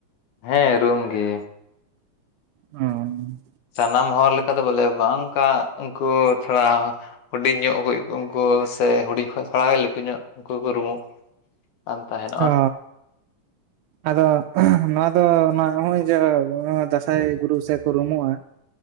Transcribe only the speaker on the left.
ᱦᱮᱸ ᱨᱩᱢ ᱜᱮ
ᱥᱟᱱᱟᱢ ᱦᱚᱲ ᱞᱮᱠᱟ ᱫᱚ ᱵᱚᱞᱮ ᱵᱟᱝ ᱚᱱᱠᱟ ᱩᱱᱠᱩ ᱛᱷᱚᱲᱟ ᱦᱩᱰᱤᱧᱚᱜ ᱠᱚ ᱩᱱᱠᱩ ᱥᱮ ᱦᱩᱰᱤᱧ ᱠᱷᱚᱡ ᱛᱷᱚᱲᱟ ᱜᱮ ᱞᱟᱹᱴᱩ ᱧᱚᱜ ᱩᱱᱠᱩ ᱨᱩᱢᱩᱜ ᱛᱟᱦᱮᱱᱚᱜᱼᱟ